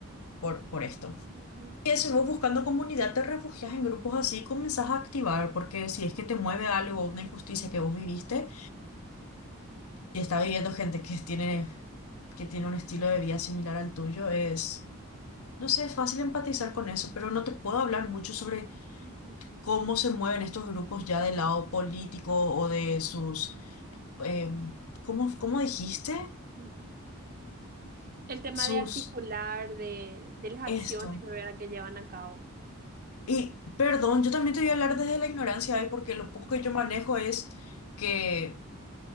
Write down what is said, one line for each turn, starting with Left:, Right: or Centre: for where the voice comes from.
Left: por, por esto.
Right: ujú,
Left: Y eso, vos buscando comunidad, te refugias en grupos así, comenzás a activar, porque si es que te mueve algo, una injusticia que vos viviste y está viviendo gente que tiene que tiene un estilo de vida similar al tuyo, es, no sé, es fácil empatizar con eso, pero no te puedo hablar mucho sobre
Right: ujú,
Left: cómo se mueven estos grupos ya del lado político o de sus, em, ¿cómo, cómo dijiste?
Right: ujú, El tema
Left: Sus,
Right: de articular, de, de las acciones,
Left: esto.
Right: ¿verdad? que llevan a cabo.
Left: Y perdón, yo también te voy a hablar desde la ignorancia, ¿eh? porque lo poco que yo manejo es que